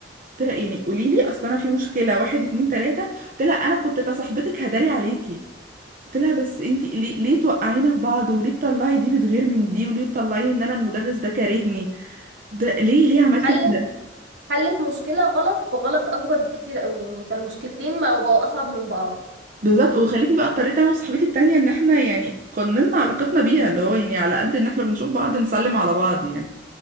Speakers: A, on the right (about 45°); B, on the right (about 70°).
A: قلت لها يعني قولي لي اصل انا في مشكله واحد اتنين تلاته قلت لها انا كنت كصاحبتك هداري عليكي قلت لها بس انتي ليه ليه توقعينا في بعض وليه تطلعي دي بتغير من دي وليه تطلعيني ان انا المدرس ده كارهني ده ليه ليه عملتي
B: حلت
A: كده
B: حلت مشكلة غلط بغلط أكبر بكتير قوي يعني فالمشكلتين ما بقوا أصعب من بعض
A: بالظبط وخلتني بقى اضطريت انا وصاحبتي التانيه ان احنا يعني قننا علاقتنا بيها اللي هو يعني على قد ان احنا بنشوف بعض نسلم على بعض يعني